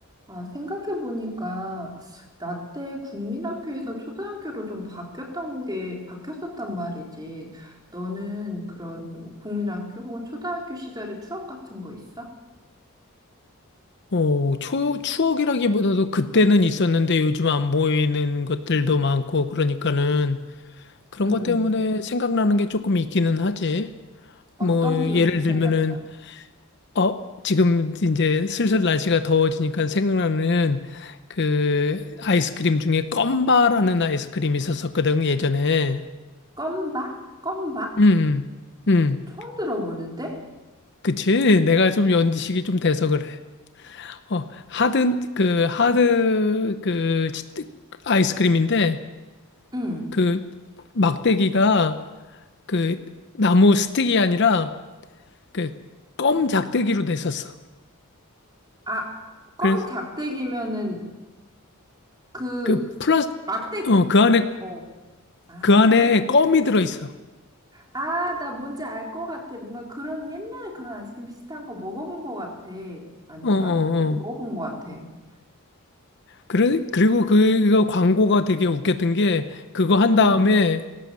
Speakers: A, on the right; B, on the left.
A: 아, 생각해보니까, 나 때 국민학교에서 초등학교로 좀 바뀌었던 게, 바뀌었었단 말이지. 너는 그런 뭐 국민학교 혹은 초등학교 시절의 추억 같은 거 있어?
B: 어, 추, 추억이라기보다도 그때는 있었는데 요즘 안 보이는 것들도 많고 그러니까는 그런
A: 응,
B: 것
A: 응.
B: 때문에 생각나는 게 조금 있기는 하지.
A: 어떤
B: 뭐 예를
A: 게 좀
B: 들면은
A: 생각나?
B: 어, 지금 이제 슬슬 날씨가 더워지니까 생각나는 그 아이스크림 중에 껌바라는 아이스크림이 있었었거든 예전에.
A: 껌박? 껌박?
B: 음. 음. 음.
A: 처음 들어보는데?
B: 그치? 내가 좀 연식이 좀 돼서 그래. 어, 하드 그 하드 그 아이스크림인데
A: 응.
B: 그 막대기가 그 나무 스틱이 아니라 그 껌 작대기로 됐었어.
A: 아, 껌
B: 그래서
A: 작대기면은 그
B: 그 플라스
A: 막대,
B: 어 그 안에
A: 어. 아.
B: 그 안에 껌이 들어있어.
A: 아, 나 뭔지 알 것 같아. 뭔가 그런 옛날에 그런 아이스크림 비슷한 거 먹어본 것 같아. 아닌가?
B: 어 어,
A: 응,
B: 어.
A: 먹어본 것 같아. 응,
B: 그래 그리고 그거 광고가 되게 웃겼던 게 그거 한
A: 응.
B: 다음에